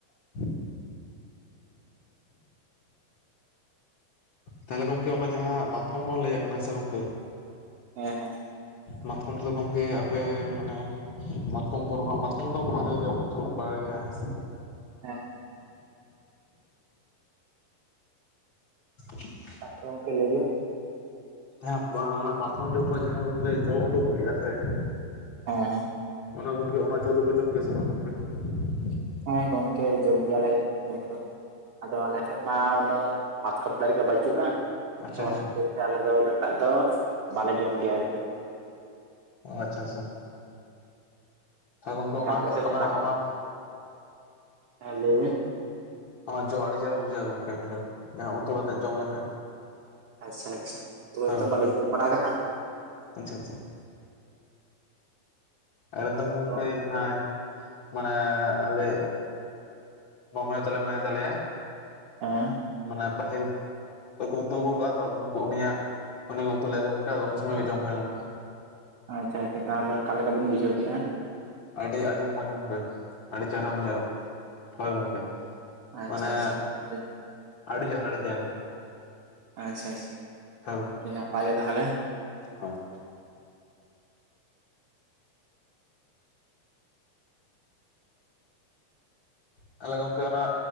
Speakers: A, on the left; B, on the right.
A: <unintelligible> ᱛᱟᱦᱚᱞᱮ ᱜᱚᱝᱠᱮ ᱚᱱᱟ ᱡᱟᱦᱟᱸ ᱢᱟᱛᱠᱚᱢ ᱵᱚᱱ ᱞᱟᱹᱭᱟᱜ ᱠᱟᱱᱟ ᱥᱮ ᱜᱚᱝᱠᱮ-
B: ᱦᱮᱸ ᱦᱮᱸ
A: ᱢᱟᱛᱠᱚᱢ ᱛᱮ ᱫᱚ ᱜᱚᱝᱠᱮ ᱟᱯᱮ ᱢᱟᱱᱮ ᱢᱟᱛᱠᱚᱢ ᱯᱚᱨ ᱦᱚᱸ ᱦᱟᱜ ᱢᱟᱛᱠᱚᱢ ᱫᱚ <inaudible> ᱜᱮᱭᱟ ᱦᱮᱸᱥᱮ
B: ᱦᱮᱸ
A: <unintelligible>
B: ᱥᱟᱛᱨᱚ ᱚᱝᱠᱮ ᱞᱟᱹᱭᱵᱤᱱ
A: ᱦᱮ, ᱸ ᱵᱟᱝ ᱚᱱᱟ ᱢᱟᱯᱚᱱ ᱡᱚᱯᱚᱡ ᱡᱟᱦᱟᱸ ᱠᱚᱜᱮ ᱡᱚ ᱩᱰᱩᱠᱚᱜ ᱜᱮᱭᱟ ᱥᱮ-
B: ᱦᱮᱸ
A: ᱚᱱᱟ ᱜᱚᱝᱠᱮ ᱚᱱᱟ ᱡᱚ ᱫᱚ ᱯᱮ ᱡᱚᱢ ᱜᱮᱭᱟ ᱥᱮ ᱵᱟᱝ <unintelligible>
B: ᱦᱮᱸ, ᱜᱚᱝᱠᱮ ᱡᱚᱢ ᱜᱮᱭᱟᱞᱮ ᱡᱚᱢ ᱫᱚ. ᱟᱫᱚ ᱟᱞ ᱥᱮᱫ ᱢᱟ ᱩᱱᱟᱹᱜ ᱵᱟᱛᱠᱚᱢ ᱫᱟᱨᱮ ᱠᱚ ᱵᱟᱹᱪᱩᱜᱼᱟ᱾
A: ᱟᱪᱪᱷᱟ
B: ᱛᱚ
A: ᱟᱪᱪᱷᱟ
B: ᱚᱱᱟ ᱠᱷᱟᱹᱛᱤᱨ ᱛᱮ ᱟᱞᱮ ᱫᱚ ᱩᱱᱟᱹᱜᱴᱟᱜ ᱫᱚ ᱵᱟᱞᱮ ᱡᱚᱢ ᱜᱮᱭᱟ ᱟᱨ ᱠᱤ
A: ᱚ ᱟᱪᱪᱷᱟ ᱟᱪᱪᱷᱟ ᱜᱚᱝᱠᱮ
B: ᱟᱯᱮ ᱥᱮᱫ
A: ᱚᱱᱟ ᱚᱱᱟ
B: ᱦᱮᱸ ᱞᱟᱹᱭᱵᱮᱱ
A: ᱚᱱᱟ ᱡᱚ ᱟᱹᱰᱤ ᱪᱮᱦᱮᱨᱟ ᱵᱩᱡᱷᱟᱹᱜᱼᱟ ᱜᱚᱝᱠᱮ <inaudible> ᱡᱟᱸᱦᱟ ᱩᱛᱩ ᱠᱟᱛᱮᱫ ᱡᱚᱢ ᱞᱮᱠᱷᱟᱱ
B: ᱟᱪᱪᱷᱟ ᱟᱪᱪᱷᱟ ᱛᱚᱵᱮ
A: ᱦᱳᱭ ᱜᱚᱢᱠᱮ
B: ᱵᱟᱹᱞᱤᱧ ᱡᱚᱢ ᱵᱟᱲᱟ ᱟᱠᱟᱜᱼᱟ ᱦᱟᱸᱜ
A: ᱟᱪᱪᱷᱟ ᱟᱪᱪᱷᱟ ᱮᱠᱫᱚᱢ ᱜᱚᱝᱠᱮ
B: ᱛᱚ
A: ᱦᱟᱸᱭ ᱢᱟᱱᱮ ᱟᱞᱮ ᱢᱟᱢᱟᱭᱚ ᱛᱟᱞᱮ ᱢᱮᱟᱱᱟᱭ ᱛᱟᱞᱮᱭᱟᱭ
B: ᱦᱮᱸ
A: ᱢᱟᱱᱮ ᱯᱟᱦᱤᱞ ᱟᱫᱚ ᱠᱚ ᱩᱛᱩ ᱟᱹᱜᱩᱣ ᱠᱟᱜ-ᱟ ᱛᱚ, ᱟᱫᱚ ᱩᱱᱠᱩ ᱩᱱᱤᱭᱟᱜ ᱩᱱᱤ ᱜᱮ ᱩᱛᱩ ᱞᱮ-ᱟ ᱜᱟᱝᱠᱮ ᱟᱫᱚ ᱩᱱ ᱥᱚᱢᱚᱭ ᱜᱮ ᱡᱚᱢ ᱦᱩᱭ ᱞᱮᱱᱟ᱾
B: ᱟᱪᱪᱷᱟ ᱟᱪᱪᱷᱟ ᱛᱟᱦᱚᱞᱮ ᱚᱠᱟ ᱞᱮᱠᱟ ᱵᱤᱱ ᱵᱩᱡᱷᱣ ᱠᱮᱫᱼᱟ?
A: ᱟᱹᱰᱤ ᱟᱹᱰᱤ ᱢᱚᱸᱡᱽ ᱜᱚᱢᱠᱮ᱾ ᱟᱹᱰᱤ ᱪᱮᱦᱨᱟ ᱵᱩᱡᱷᱟᱹᱜ-ᱟ᱾ ᱦᱳᱭ ᱜᱚᱢᱠᱮ
B: ᱟᱪᱪᱷᱟ
A: ᱢᱟᱱᱮ
B: ᱟᱪᱪᱷᱟ ᱟᱪᱪᱷᱟ
A: ᱟᱹᱰᱤ ᱪᱮᱦᱨᱟ ᱟᱹᱰᱤ ᱪᱮᱨᱦᱟ᱾
B: ᱟᱪᱪᱷᱟ ᱟᱪᱪᱷᱟ
A: ᱦᱳᱭ ᱜᱚᱝᱠᱮ
B: ᱟᱹᱰᱤ ᱱᱟᱯᱟᱭ ᱜᱮ ᱛᱟᱦᱚᱞᱮ᱾
A: ᱦᱳᱭ᱾ ᱛᱟᱦᱚᱞᱮ ᱜᱚᱝᱠᱮ ᱚᱱᱟ